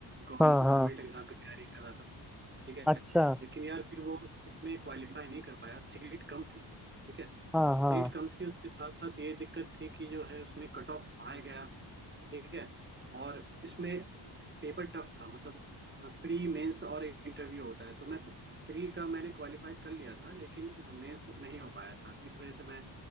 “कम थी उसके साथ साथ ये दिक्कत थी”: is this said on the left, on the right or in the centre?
Right